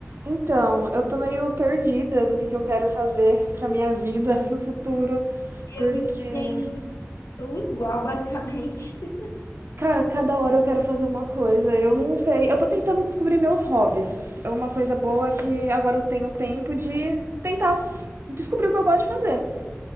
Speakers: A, on the right; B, on the left.
A: Então, eu tô meio perdida do que que eu quero fazer pra minha vida <laughs> no futuro,
B: Eu
A: porque,
B: entendo estou igual, basicamente. <laughs>
A: cara, cada hora eu quero fazer uma coisa, eu não sei. Eu tô tentando descobrir meus hobbies. É uma coisa boa que agora eu tenho tempo de tentar f- descobrir o que eu gosto de fazer.